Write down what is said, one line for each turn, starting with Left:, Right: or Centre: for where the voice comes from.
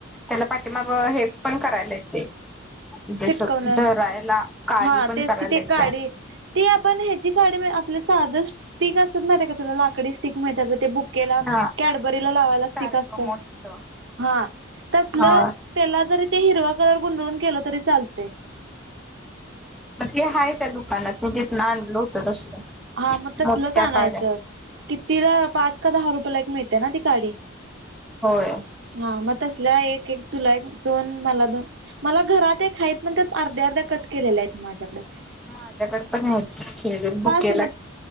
Centre: त्याला पाठीमागं हे पण करायला येते. म्हणजे
Right: चिटकवण
Centre: असं धरायला काडी
Right: हा
Centre: पण
Right: तेच
Centre: करायला
Right: की ती
Centre: येत्या
Right: काडी. ती आपण ह्याची काढ आपलं साधं स्टिक असतात माहिते का तुला लाकडी स्टिक मिळतात बघ ते बुक के ला,
Centre: हा
Right: कॅडबरीला
Centre: टूथपिक
Right: लावायला
Centre: सारखं
Right: स्टिक असतं.
Centre: मोठ
Right: हा तसलं
Centre: हा
Right: त्याला जरी ते हिरवा कलर गुंडळून केलं तरी चालतंय.
Centre: मग ते हाय त्या दुकानात मी तिथून आणल होतं तसलं.
Right: हा मग तसलंच
Centre: मोठ्या
Right: आणायचं.
Centre: काड्या
Right: कितीला पाच का दहा रुपयेला येक मिळते ना ती काडी?
Centre: होय.
Right: हा मग तसल्या एक एक तुला एक दोन मला दोन मला घरात एक हाय पण त्या अर्ध्या अर्ध्या कट केलेल्या हैत माझ्याकडे.
Centre: माझ्याकडे पण हेत <unintelligible> बुके
Right: हा म